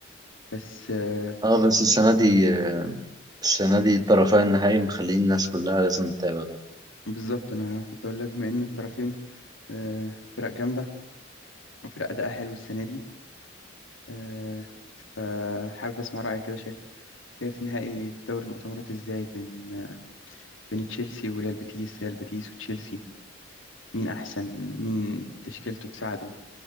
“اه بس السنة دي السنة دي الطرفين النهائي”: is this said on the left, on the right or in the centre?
Right